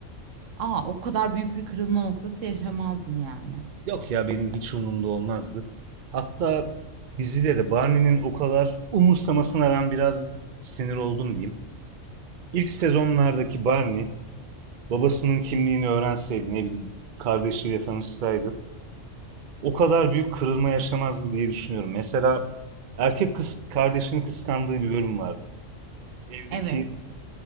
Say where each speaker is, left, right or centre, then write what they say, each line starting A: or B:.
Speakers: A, on the right; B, on the right.
A: Aa, o kadar büyük bir kırılma noktası yaşamazdın yani.
B: Yok ya benim hiç umurumda olmazdı. Hatta dizide de Barney'nin o kadar umursamasına ben biraz sinir oldum diyeyim. İlk sezonlardaki Barney babasının kimliğini öğrenseydi ne bileyim kardeşiyle tanışsaydı o kadar büyük kırılma yaşamazdı diye düşünüyorum. Mesela erkek kız kardeşini kıskandığı bir bölüm vardı. Evdeki
A: Evet,